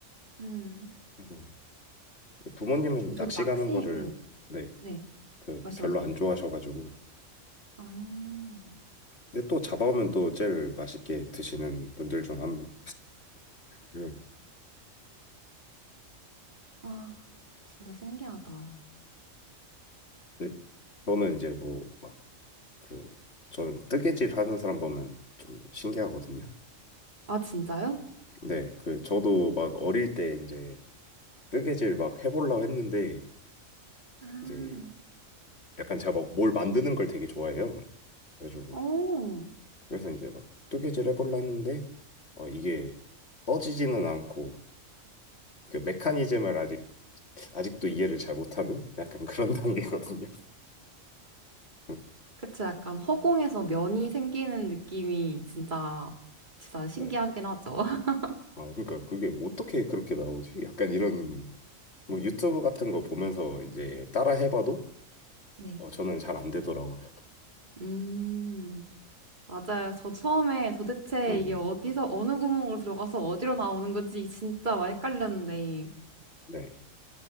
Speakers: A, on the right; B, on the left.
A: 음.
B: 그래서 부모님은 낚시
A: 저도 낚시,
B: 가는 거를
A: 네,
B: 네,
A: 네,
B: 그
A: 말씀하세요.
B: 별로 안 좋아하셔가지고.
A: 아,
B: 근데 또 잡아오면 또 제일 맛있게 드시는 분들 중 한 분. 그
A: 아, 진짜 신기하다.
B: 네, 저는 이제 뭐 막 그 저는 뜨개질 하는 사람 보면 좀 신기하거든요.
A: 아, 진짜요?
B: 네, 그 저도 막 어릴 때 이제 뜨개질 막 해보려고 했는데
A: 아,
B: 이제 약간 제가 막 뭘 만드는 걸 되게 좋아해요. 그래가지고
A: 오,
B: 그래서 이제 막 뜨개질 해볼라 했는데 어 이게 떠지지는 않고 그 메커니즘을 아직 아직도 이해를 잘 못하는 약간 그런 <laughs> 단계거든요. 음,
A: 그쵸. 약간 허공에서 면이 생기는 느낌이 진짜, 진짜 신기하긴
B: 네.
A: 하죠. <laughs>
B: 어 그러니까 그게 어떻게 그렇게 나오지? 약간 이런 뭐 유튜브 같은 거 보면서 이제 따라 해봐도
A: 네.
B: 어 저는 잘 안 되더라고요.
A: 음. 맞아요. 저 처음에 도대체
B: 음,
A: 이게 어디서 어느 구멍으로 들어가서 어디로 나오는 거지 진짜 막 헷갈렸는데.
B: 네.